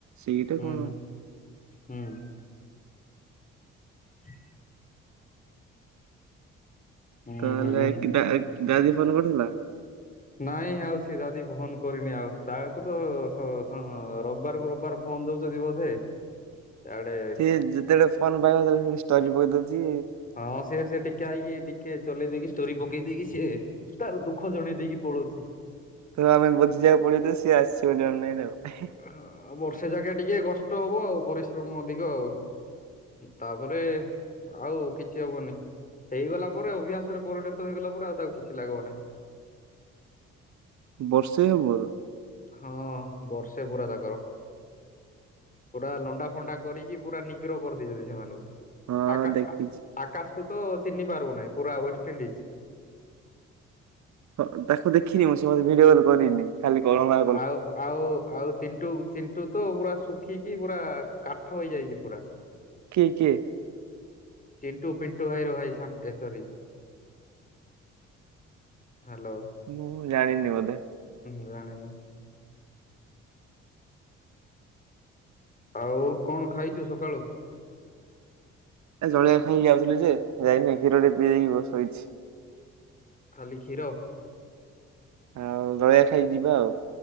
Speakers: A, on the right; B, on the left.
A: ସେଇଟା
B: ହୁଁ
A: କଣ
B: ହୁଁ। ହ ହୁଁ
A: ତାହେଲେ
B: ହୁଁ।
A: କି ଦା ଦାଦି ଫୋନ କରୁଥିଲା?
B: ନାଇଁ ଆଉ ସେ ଦାଦି ଫୋନ କରିନି ଆଉ ତାକୁ ତ ସ ଡ୍ ରବିବାରକୁ ରବିବାର ଫନ ଦୋଉଚନ୍ତି ବୋଧେ। ଆଡେ
A: ସିଏ ଯେତେବେଳେ ଫୋନ ପାଇବ ହେତେବେଳେ ସେ ଷ୍ଟୋରି ପକେଇଦଉଛି।
B: ହଁ ସିଏ ସେଠିକ୍ କିଆକି ଟିକେ ଚଲେଇ ଦେଇକି ଷ୍ଟୋରି ପକେଇ ଦେଇକି ସିଏ ତାର ଦୁଃଖ ଜଣେଇ ଦେଇକି ପଳଉଛି।
A: ତ ଆମେ ବୁଝି ଯିବାକୁ ପଡିବ ଯେ ସିଏ ଆସିଚି ବୋଲି ଅନଲାଇନ ଆଉ।
B: ହଁ ବର୍ଷେ ଯାକେ ଟିକେ କଷ୍ଟ ହବ ଆଉ ପରିଶ୍ରମ ଅଧିକ ଆଉ। ତାପରେ ଆଉ କିଛି ହବନି। ହେଇଗଲା ପରେ ଅଭ୍ୟାସରେ ପରିଣତ ହେଇଗଲା ପରେ ଆଉ ତା ଆଉ କିଛି ଲାଗିବ ନାହିଁ।
A: ବର୍ଷେ ହବ ଏବେ।
B: ହଁ ବର୍ଷେ ପୁରା ତାଙ୍କର। ପୁରା ଲଣ୍ଡା ଫଣ୍ଡା କରିକି ପୁରା ନିଗ୍ରହ କରିଦେଇଛନ୍ତି ସେମାନଙ୍କୁ।
A: ହଁ
B: ଆକା
A: ଦେଖିଚି।
B: ଆକାଶକୁୁ ତ ଚିହ୍ନି ପାରୁିବୁନାହିଁ ପୁରା ୱେଷ୍ଟଇଣ୍ଡିଜ।
A: ହଁ ତାକୁ ଦେଖିନି ମୁଁ ସେ ମୋତେ ଭିଡିଓ କଲ କରିନି। ଖାଲି କଳନା
B: ଆଉ ଆଉ ଆଉ ଚିଣ୍ଟୁ ଚିଣ୍ଟୁ ତ ପୁରା ଶୁଖିକି ପୁରା କାଠ ହେଇଯାଇଛି ପୁରା।
A: କିଏ କିଏ?
B: ଚିଣ୍ଟୁ ଫିଣ୍ଟୁ ଭାଇ ର ଭାଇ ଶାନ୍ତି ଏ ସରୀ ହ୍ୟାଲୋ।
A: ମୁଁ ଜାଣିନି ବୋଧେ।
B: ଜାଣୀନୁ। ଆଉ କଣ ଖାଇଛୁ ସକାଳୁ?
A: ଏ ଜଳଖିଆ ଖାଇକି ଯାଉଥିଲି ଯେ ଯାଇନି କ୍ଷୀର ଟିକେ ପିଇଦେଇକି ଶୋଇଚି।
B: ଖାଲି କ୍ଷୀର।
A: ଆଉ ଜଳିଖିଆ ଖାଇ ଯିବା ଆଉ।